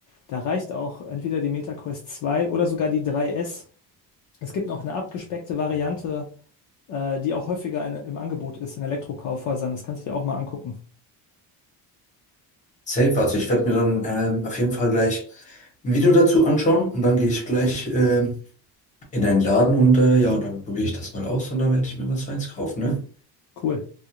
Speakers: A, on the left; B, on the left.
A: Da reicht auch entweder die MetaQuest 2 oder sogar die 3S. Es gibt noch eine abgespeckte Variante, äh, die auch häufiger in, im Angebot ist in Elektrokaufhäusern. Das kannst du dir auch mal angucken.
B: Safe, also ich werde mir dann ähm, auf jeden Fall gleich ein Video dazu anschauen und dann gehe ich gleich ähm, in einen Laden und äh, ja, dann probiere ich das mal aus und dann werde ich mir was Feines kaufen, ne?
A: Cool.